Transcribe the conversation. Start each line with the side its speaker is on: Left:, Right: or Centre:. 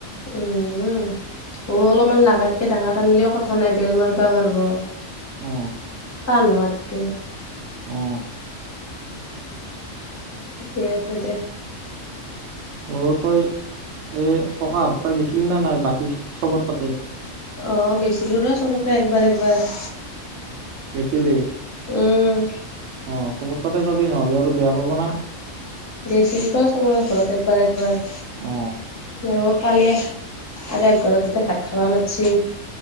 Left: উম অ অলপমান লাগাতকে ডাঙৰ আনলিও কথা নাই বেল মাৰবা পাৰব
Right: অ
Left: টান হোৱাতকে
Right: অ
Left: ঠিকে আছে দে
Right: অ তই এই ককাহঁতৰ তাৰ গিছিল না নাই বাকী চবৰ তাতে
Left: অ গৈছিলো ৰ চবকে একবাৰ একবাৰ
Right: গৈছিলি
Left: উম
Right: অ চবত তাতে যাবি নহলে আৰু বেয়া পাব না
Left: গৈছিলতো চবৰে ঘৰত একবাৰ একবাৰ
Right: অ
Left: অ কালিয়ে আৰু এক ঘৰত তাতে ভাত খাব মাতছি